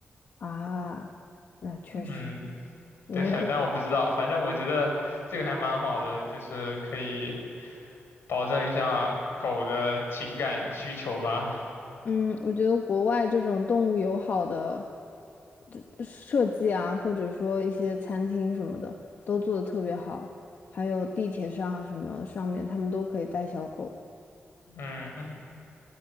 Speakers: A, on the left; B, on the left.
A: 啊，那确实，
B: 嗯，
A: 如果是我，
B: 对，但我不知道，反正我觉得这个还蛮好的，就是可以保证一下狗的情感需求吧。
A: 嗯，我觉得国外这种动物友好的这设计啊，或者说一些餐厅什么的，都做的特别好，还有地铁上什么上面，他们都可以带小狗。
B: 嗯，